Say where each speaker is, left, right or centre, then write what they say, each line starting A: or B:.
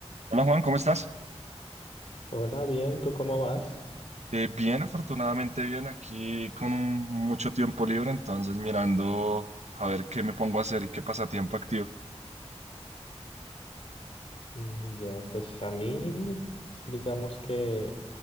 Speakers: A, on the right; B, on the left.
A: Hola Juan, ¿cómo estás?
B: Hola, bien, ¿tú cómo vas?
A: Eh, bien, afortunadamente bien, aquí con un- mucho tiempo libre, entonces mirando a ver qué me pongo a hacer y qué pasatiempo activo.
B: Mm, Ya, pues a mí, digamos que